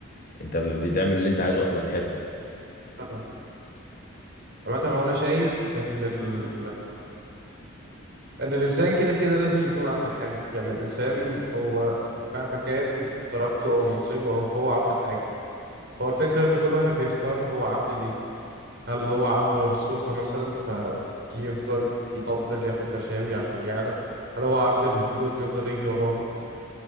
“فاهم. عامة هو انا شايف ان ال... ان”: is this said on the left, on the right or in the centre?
Right